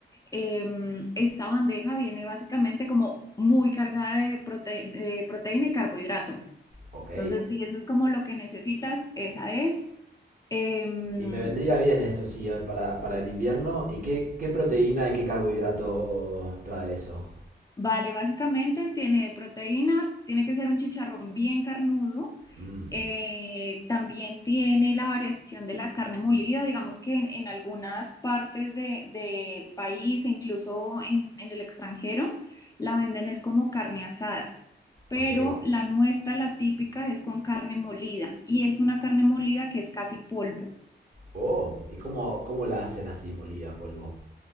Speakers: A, on the left; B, on the right.
A: Em, esta bandeja viene básicamente como muy cargada de, prote- de proteína y carbohidrato.
B: Ok.
A: Entonces, si eso es como lo que necesitas, esa es. Em,
B: Y me vendría bien eso, sí, eh, para, para el invierno. ¿Y qué, qué proteína y qué carbohidrato trae eso?
A: vale, básicamente tiene proteína, tiene que ser un chicharrón bien carnudo.
B: Mmm,
A: Eh, también tiene la variación de la carne molida, digamos que en, en algunas partes de- del país, e incluso en, en el extranjero, la venden es como carne asada, pero
B: ok.
A: la nuestra, la típica, es con carne molida y es una carne molida que es casi polvo.
B: Oh, ¿y cómo, cómo la hacen así molida a polvo?